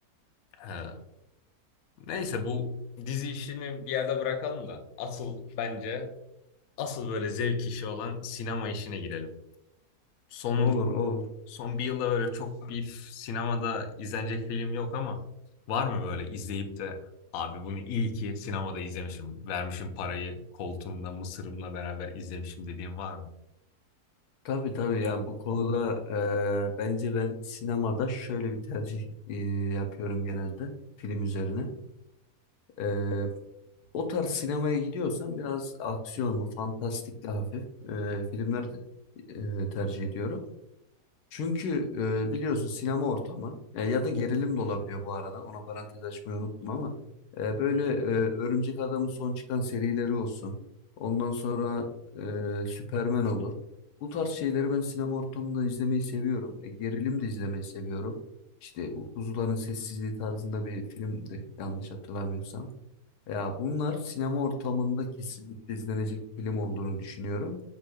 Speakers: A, on the left; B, on the left.
A: He. Neyse bu dizi işini bir yerde bırakalım da asıl bence asıl böyle zevk işi olan sinema işine girelim. Son
B: Olur olur.
A: Son bir yılda böyle çok bir sinemada izlenecek film yok ama var mı böyle izleyip de abi bunu iyi ki sinemada izlemişim, vermişim parayı, koltuğumda mısırımla beraber izlemişim dediğin var mı?
B: Tabii tabii ya bu konuda e, bence ben sinemada şöyle bir tercih e, yapıyorum genelde film üzerine. E, o tarz sinemaya gidiyorsam biraz aksiyonlu, fantastikli hafif e, filmleri e, tercih ediyorum. Çünkü e, biliyorsun sinema ortamı e, ya da gerilim de olabiliyor bu arada. Ona parantez açmayı unuttum ama e, böyle e, Örümcek Adam'ın son çıkan serileri olsun. Ondan sonra e, Süperman olur. Bu tarz şeyleri ben sinema ortamında izlemeyi seviyorum. E, gerilim de izlemeyi seviyorum. İşte bu Kuzuların Sessizliği tarzında bir filmdi yanlış hatırlamıyorsam. Ya bunlar sinema ortamında kesinlikle izlenecek film olduğunu düşünüyorum.